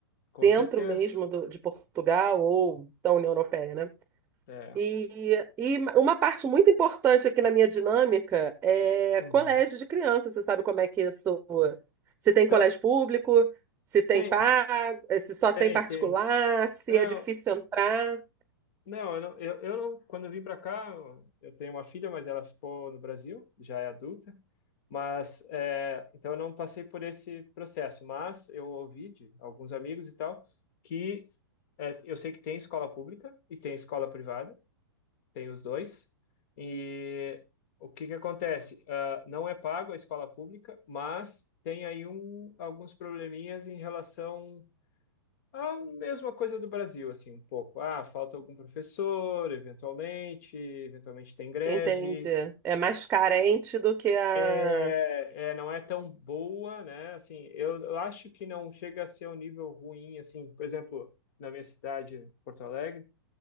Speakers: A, on the left; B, on the right.
A: com
B: dentro
A: certeza.
B: mesmo do- de Portugal ou da União Europeia, né?
A: É.
B: E, e uma parte muito importante aqui na minha dinâmica é
A: Uhum.
B: colégio de criança. Você sabe como é que isso? Se tem
A: Então,
B: colégio público, se tem
A: tem,
B: pago, eh, se só
A: tem,
B: tem particular,
A: tem.
B: se
A: Não,
B: é difícil entrar,
A: Não, eu não, eu, eu não, quando eu vim para cá, eu eu tenho uma filha, mas ela ficou no Brasil, já é adulta. Mas, é, então eu não passei por esse processo, mas eu ouvi de alguns amigos e tal que é, eu sei que tem escola pública e tem escola privada, tem os dois. E o que que acontece? Ah, não é pago a escola pública, mas tem aí um, alguns probleminhas em relação a mesma coisa do Brasil, assim, um pouco. Ah, falta algum professor, eventualmente, eventualmente tem greve.
B: entende? É mais carente do que a.
A: É, é, não é tão boa, né? Assim, eu, eu acho que não chega a ser um nível ruim, assim. Por exemplo, na minha cidade, Porto Alegre,